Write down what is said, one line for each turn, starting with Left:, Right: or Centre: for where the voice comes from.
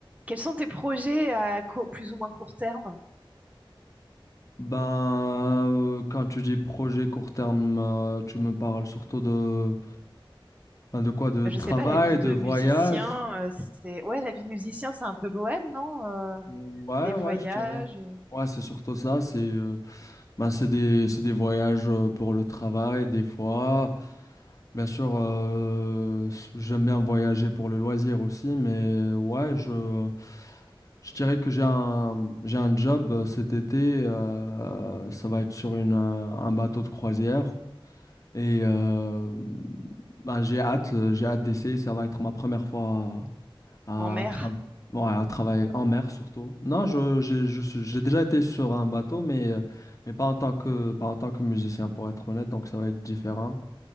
Right: Quels sont tes projets à court- plus ou moins court terme?
Left: Ben, euh, quand tu dis projet court terme, euh, tu me parles surtout de, ben, de quoi? De
Right: Euh,
Left: travail,
Right: Je sais pas, la vie de
Left: de voyage?
Right: musicien, euh, c'est... Ouais, la vie de musicien, c'est un peu bohème, non? Euh,
Left: Ouais,
Right: des
Left: ouais,
Right: voyages
Left: je dirais.
Right: euh,
Left: Ouais, c'est surtout ça. C'est euh, ben, c'est des, c'est des voyages euh, pour le travail, des fois. Bien sûr, euh, s- j'aime bien voyager pour le loisir aussi, mais ouais, je, je dirais que j'ai un, j'ai un job euh, cet été. euh, ça va être sur une, euh, un bateau de croisière. Et euh, bah, j'ai hâte, euh, j'ai hâte d'essayer. Ça va être ma première fois à,
Right: en mer.
Left: à, tra- ouais, à travailler en mer surtout. Non, je, j'ai, je suis- j'ai déjà été sur un bateau, mais, euh, mais pas en tant que, pas en tant que musicien, pour être honnête. Donc ça va être différent.